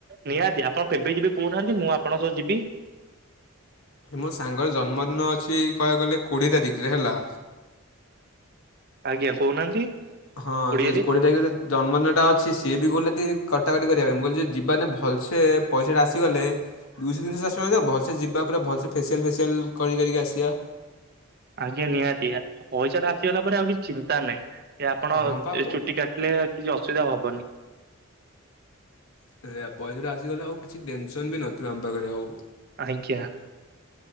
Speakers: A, on the right; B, on the left.
A: ନିହାତି ଆପଣ କେବେ ଯିବି କହୁନାହାନ୍ତି ମୁଁ ଆପଣଙ୍କ ସହ ଯିବି।
B: ମୋ ସାଙ୍ଗର ଜନ୍ମଦିନ ଅଛି କହିବାକୁ ଗଲେ କୋଡ଼ିଏ ତାରିଖରେ ହେଲା।
A: ଆଜ୍ଞା କହୁନାହାନ୍ତି।
B: ହଁ
A: କୋଡିଏରେ।
B: ଜ କୋଡିଏ ତାରିଖ <unintelligible> ଜନ୍ମଦିନଟା ଅଛି ସିଏ ବି କହିଲ କି କଟାକଟି କରିବା ପାଇଁ ମୁଁ କହିଲି ଯେ ଯିବାନେ ଭଲସେ ପଇସାଟା ଆସିଗଲେ। ଦୁଇଶହ ତିନିହ ଚରିଶହ ଟଙ୍କା ହେଇଥଊ ଭଲସେ ଜିବା ପୁରା ଭଲସେ ଫେସିଆଲ ଫେସିଆଲ୍ କରି କରିକି ଆସିବା।
A: ଆଜ୍ଞା ନିହାତି ପଇସା ଟା ଆସିଗଲା ପରେ ଆଉ କିଛି ଚିନ୍ତା ନାହିଁ ଯେ ଆପଣ
B: ହଁ ପା ପ-
A: ଚୁଟି କା ଲେ କିଛି ଅସୁବିଧା ହବନି।
B: ସେଇୟା ପଇସାଟା ଆସିଗଲେ ଆଉ କିଛି ଟେନସନ୍ ବି ନଥିବ ଆମ ପାଖରେ ଆଉ।
A: ଆଜ୍ଞା।